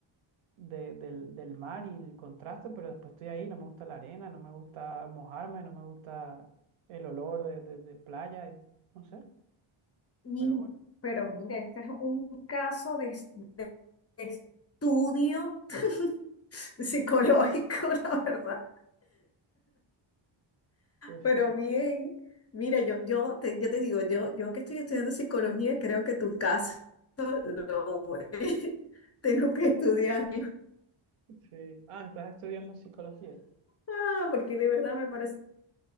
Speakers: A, on the right; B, on the left.
A: de- del, del mar y el contraste, pero después estoy ahí, no me gusta la arena, no me gusta mojarme, no me gusta el olor de, de- de playa, eh, no sé,
B: Mi-
A: pero bueno,
B: pero mira, este es un caso de, de- de Estudio <laughs> psicológico, la verdad.
A: pues
B: Pero
A: sí,
B: bien, mira, yo, yo, te, yo te digo, yo, yo que estoy estudiando psicología, creo que tu caso lo <laughs> tengo que estudiar.
A: sí. Ah, estás estudiando psicología.
B: Ah, porque de verdad me parece.